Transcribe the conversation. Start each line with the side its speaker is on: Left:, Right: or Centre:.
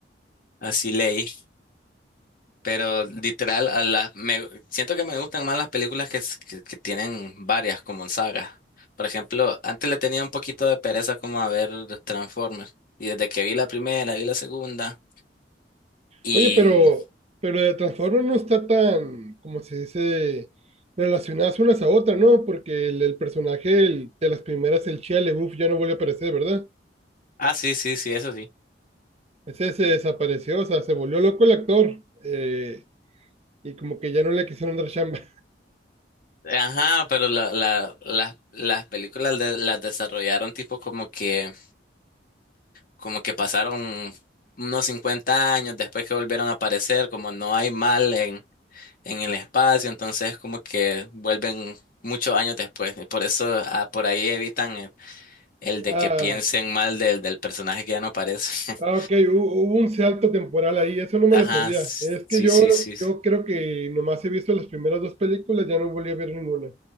Left: Así leí. Pero literal, a la me, siento que me gustan más las películas que, s- que, que tienen varias como sagas. Por ejemplo, antes le tenía un poquito de pereza como a ver Transformers. Y desde que vi la primera, vi la segunda. Y...
Right: Oye, pero, pero de Transformers no está tan, como se dice, relacionadas unas a otras, ¿no? Porque el, el personaje el- de las primeras, el Shia LaBeouf, ya no volvió a aparecer, ¿verdad?
Left: Ah, sí, sí, sí, eso sí.
Right: Ese se desapareció, o sea, se volvió loco el actor eh, y como que ya no le quisieron dar chamba
Left: Ajá, pero la, la, las las películas de- las desarrollaron tipo como que, como que pasaron unos 50 años después que volvieron a aparecer, como no hay mal en... en el espacio, entonces como que vuelven muchos años después. y por eso ah, por ahí evitan eh, el
Right: <laughs>
Left: de que piensen mal del, del personaje que ya no aparece.
Right: Ah,
Left: <laughs>
Right: ok, hu- hubo un salto temporal ahí, eso no me
Left: Ajá,
Right: lo sabía.
Left: sí,
Right: Es que yo,
Left: sí, sí,
Right: yo creo que nomás he visto las primeras dos películas, ya no volví a ver ninguna.